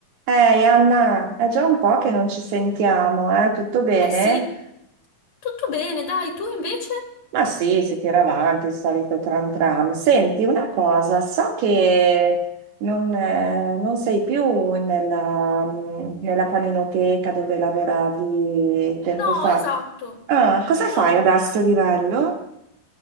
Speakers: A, on the right; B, on the left.
A: Ehi Anna, è già un po' che non ci sentiamo, eh? Tutto bene?
B: Eh sì, tutto bene, dai, tu invece?
A: Ma sì, si tira avanti il solito tram tram. Senti, una cosa, so che non, eh, non sei più nella, mm, nella paninoteca dove lavoravi tempo
B: No,
A: fa.
B: esatto.
A: Ah, cosa
B: No.
A: fai adesso di bello?